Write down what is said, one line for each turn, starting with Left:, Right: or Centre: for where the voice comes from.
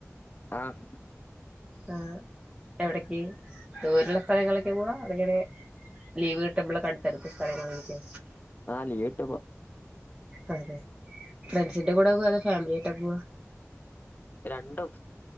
Left: ആഹ്
Right: ആഹ് എവിട്ക്ക്? ദൂരള്ള സ്ഥലങ്ങളിൽക്കാ പോവാ അതോ ഇങ്ങനെ ലീവ് കിട്ടുമ്പൾ ക്കടുത്തടുത്ത സ്ഥലങ്ങൾലേക്കോ?
Left: ലീവ് ട്ടുമ്പം
Right: അതെ ലേ. ഫ്രണ്ട്സിന്റെ കൂടെ പോവാ അതെ ഫാമിലിയായ്ട്ടാ പോവാ?
Left: രണ്ടും.